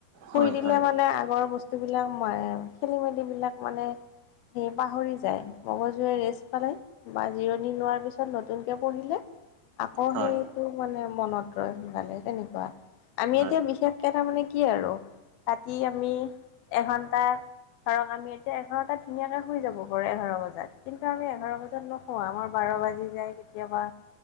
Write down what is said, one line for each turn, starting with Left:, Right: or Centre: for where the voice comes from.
Right: হয়
Left: শুই দিলে
Right: হয়
Left: মানে আগৰ বস্তুবিলাক মাৰে, খেলি-মেলি বিলাক মানে', সেই পাহৰি যায়, মগজুৱে ৰেষ্ট পালে', বা জিৰণি লোৱাৰ পিছত নতুনকে পঢ়িলে', আকৌ
Right: হয়
Left: সেইটো মানে মনত ৰয় সোনকালে তেনেকুৱা, আমি
Right: হয়
Left: এতিয়া বিশেষ', তে তাৰমানে কি আৰু ৰাতি আমি এঘন্টা', ধৰক আমি এতিয়া এঘাৰটাত ধুনীয়াকে শুই যাব পাৰোঁ এঘাৰ বজাত, কিন্তু আমি এঘাৰ বজাত নোশোঁ', অ', আমাৰ বাৰ বাজি যায় কেতিয়াবা',